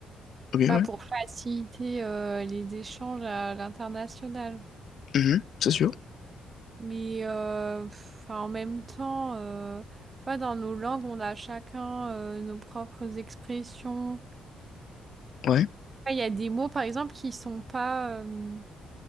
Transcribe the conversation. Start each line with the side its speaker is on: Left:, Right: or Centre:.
Left: Ok,
Right: tu vois,
Left: ouais.
Right: pour faciliter euh, les échanges à l'international.
Left: Mhm, c'est sûr.
Right: Mais euh, pff, en même temps, euh, tu vois, dans nos langues, on a chacun euh, nos propres expressions.
Left: Ouais.
Right: Ah, Il y a des mots, par exemple, qui sont pas, euh,